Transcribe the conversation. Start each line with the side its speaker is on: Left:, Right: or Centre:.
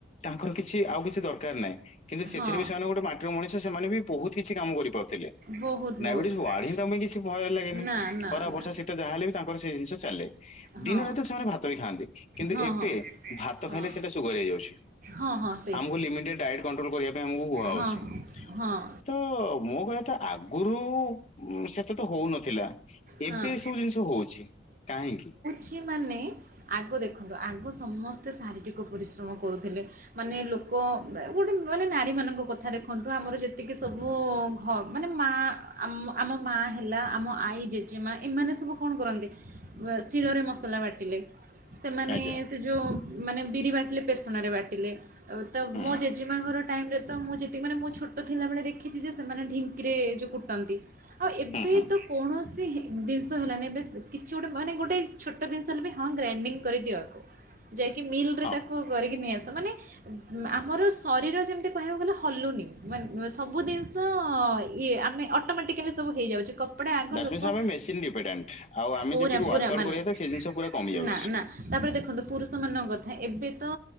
Left: ତାଙ୍କର କିଛି ଆଉ କିଛି ଦରକାର ନାହିଁ। କିନ୍ତୁ ସେଥିରେ
Right: ହଁ
Left: ବି ସେମାନେ ଗୋଟେ ମାଟିର ମଣିଷ ସେମାନେ ବି ବହୁତ୍ କିଛି କାମ କରିପାରୁଥିଲେ।
Right: ବହୁତ
Left: ଡାଇବେଟିସ୍
Right: ବହୁତ
Left: ୱାଡ଼ ହିଁ ତାଙ୍କ ପାଇଁ କିଛି ଭୟ ଲାଗେନି
Right: ନା ନା
Left: ଖରା, ବର୍ଷା,
Right: ନା
Left: ଶୀତ ଯାହାହଲେବି ତାଙ୍କର ସେ ଜିନିଷ ଚାଲେ।
Right: ହଁ
Left: ଦିନ ରାତି ସେମାନେ ଭାତ ବି ଖାଆନ୍ତି କିନ୍ତୁ
Right: ହଁ
Left: ଏବେ
Right: ହଁ
Left: ଭାତ
Right: ହଁ
Left: ଖାଇଲେ ସେଟା ସୁଗାର ହେଇଯାଉଛି।
Right: ହଁ ହଁ ସେଇ
Left: ଆମକୁ ଲିମିଟେଡ଼ ଡାଏଟ୍ କଣ୍ଟ୍ରୋଲ କରିବା ପାଇଁ ଆମକୁ କୁହାଯାଉଚି।
Right: ହଁ ହଁ
Left: ତ ମୋ କହିବା କଥା ଆଗରୁ ସେତେ ତ ହଉନଥିଲା।
Right: ହଁ
Left: ଏବେ ଏ ସବୁ ଜିନିଷ ହଉଛି କାହିଁକି?
Right: ସେମାନେ ଆଗ ଦେଖନ୍ତୁ ଆଗ ସମସ୍ତେ ଶାରୀରିକ ପରିଶ୍ରମ କରୁଥିଲେ। ମାନେ ଲୋକ ଗୋଟେ ମାନେ ନାରୀମାନଙ୍କ କଥା ଦେଖନ୍ତୁ ଆମର ଯେତିକି ସବୁ ହଁ ମାନେ ମା ଆମ ମା ହେଲା ଆମ ଆଈ ଜେ ଜେଜେମା ଏମାନେ ସବୁ କଣ କରନ୍ତି ସିଲରେ ମସଲା ବାଟିଲେ ସେମାନେ
Left: ଆଜ୍ଞା
Right: ସେ ଯେଉଁ ମାନେ ବିରି ବାଟିଲେ ପେସଣରେ ବାଟିଲେ ତ
Left: ହୁଁ
Right: ମୋ ଜେଜେମା ଙ୍କର ଟାଇମରେ ତ ମୁଁ ଯେତିକି ମାନେ ମୁଁ ଛୋଟ ଥିଲାବେଳେ ଦେଖିଛି ଯେ ସେମାନେ ଢିଙ୍କିରେ ଯେଉଁ କୁଟନ୍ତି। ଆଉ ଏବେ
Left: ହୁଁ ହୁଁ
Right: ତ କୌଣସି ଜିନିଷ ହେଲାନି ବେଶ କିଛି ଗୋଟେ ମାନେ ଗୋଟେ ଛୋଟ ଜିନିଷ ହେଲେ ବି ହଁ ଗ୍ରାଇଣ୍ଡିଙ୍ଗ କରିଦିଅ ଆକୁ। ଯାଇକି ମିଲ ରେ
Left: ହଁ।
Right: ତାକୁ କରିକି ନେଇ ଆସ ମାନେ ଆମର ଶରୀର ଯେମିତି କହିବାକୁ ଗଲେ ହଲୁନି ମାନେ ସବୁ ଜିନିଷ ଇଏ ଆମେ ଅଟୋମେଟିକାଲି ସବୁ ହେଇଯାଉଛି କପଡ଼ା ଆଗ
Left: ଦାଟ୍
Right: ଲୋକ
Left: <unintelligible> ଆଉ ଆମେ
Right: ପୁରା
Left: ଯେତିକି
Right: ପୁରା
Left: ୱାର୍କ ଆଉଟ
Right: ମାନେ
Left: କରିବା ସେ ଜିନିଷ ପୁରା କମି଼ ଯାଉଛି।
Right: ନା ନା ତାପରେ ଦେଖନ୍ତୁ ପୁରୁଷ ମାନଙ୍କ କଥା ଏବେ ତ